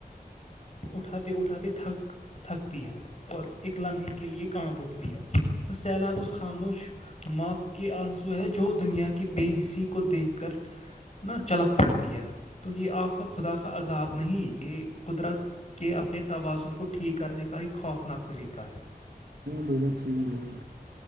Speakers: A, on the left; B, on the right.
A: اٹھاتے اٹاتے تھک تھکتی ہے <unintelligible> اور ایک لمحے کے لیے کانپ اٹھتی ہے تو سیلاب اس <unintelligible> خاموش ماںپ کے آنسو ہے جو دنیا کے بے حصی کو دیکھ کر <unintelligible> ن چلک پڑتی ہے تو یہ آفت خدا کا عذاب نہیں یہ قدرت <unintelligible> کہ اپنے توازن کو ٹھیک کرنے کا ایک خوفناک طریقہ ہے <unintelligible>
B: بوگت چی نہیں ہیں